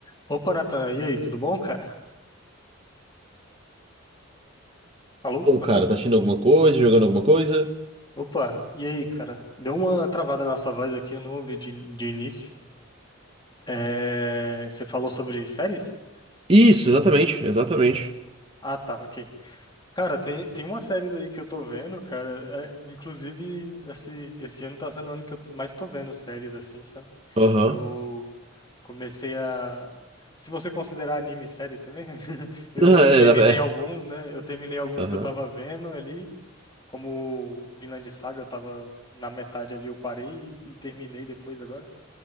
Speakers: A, on the left (about 20°); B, on the right (about 25°).
A: Opa, Natan, e aí, tudo bom, cara? Alô,
B: Bom,
A: Natan?
B: cara, tá assistindo alguma coisa, jogando alguma coisa?
A: Opa, e aí, cara? Deu uma travada na sua voz aqui, eu não ouvi de, de início. É, Você falou sobre séries?
B: Isso, exatamente, exatamente.
A: Ah, tá, ok. Cara, tem, tem umas séries aí que eu tô vendo, cara. é, inclusive, esse, esse ano tá sendo o ano que eu mais tô vendo séries, assim, sabe?
B: Aham.
A: Eu
B: <laughs>
A: comecei a. Se você considerar anime série também, <laughs> eu,
B: É,
A: eu terminei
B: dá pra- é.
A: alguns, né? Eu terminei alguns
B: Aham.
A: que eu tava vendo ali. Como Vinland Saga, eu tava na metade ali, eu parei e, e terminei depois agora.